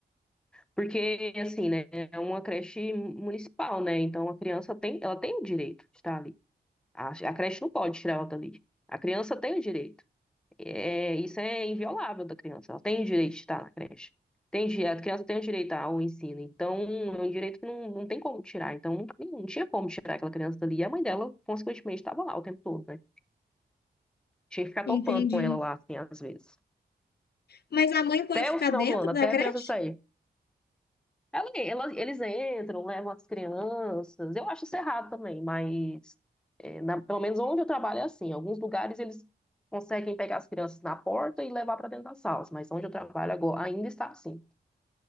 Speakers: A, in the centre; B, on the left.
A: Porque, assim, né, é uma creche municipal, né? Então a criança tem, ela tem o direito de estar ali. A, a creche não pode tirar ela dali. A criança tem o direito. É, isso é inviolável da criança. Ela tem o direito de estar na creche. Tem, di- a criança tem o direito ao ensino. Então, é um direito que não, não tem como tirar. Então, não, não tinha como tirar aquela criança dali. E a mãe dela, consequentemente, estava lá o tempo todo, né? Tinha que ficar
B: Entendi.
A: topando com ela lá, assim, às vezes.
B: Mas a mãe pode
A: Até
B: ficar
A: o final
B: dentro
A: do ano,
B: da
A: até
B: creche?
A: a criança sair. Ela- ela- eles entram, levam as crianças. Eu acho isso errado também, mas é, na- pelo menos onde eu trabalho é assim. Em Alguns lugares eles conseguem pegar as crianças na porta e levar para dentro das salas, mas onde eu trabalho agora ainda está assim.